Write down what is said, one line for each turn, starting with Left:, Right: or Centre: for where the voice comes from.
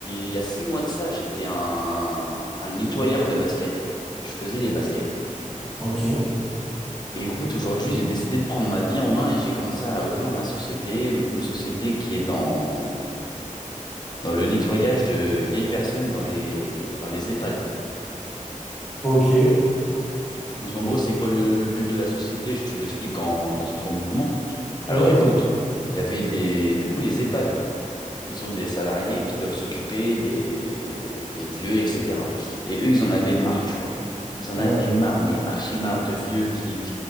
Left: il y a six mois de ça, j'étais un, un nettoyeur de baskets. Je faisais les baskets.
Centre: Ok,
Left: Et écoute, aujourd'hui, j'ai décidé de prendre ma vie en main et j'ai commencé à ouvrir ma société, une société qui est dans, dans le nettoyage de vieilles personnes dans les, dans les EHPAD.
Centre: ok. Ouais,
Left: Donc en gros, c'est quoi le, le but de la société? Je te l'explique en deux, trois mouvements. Alors
Centre: ouais,
Left: écoute, il y avait des, du coup, les EHPAD. Ils ont des salariés qui doivent s'occuper des, des vieux, etc. Et eux, ils en avaient marre, tu vois. Ils en
Centre: ouais.
Left: avaient marre, mais archi marre de vieux qui, tu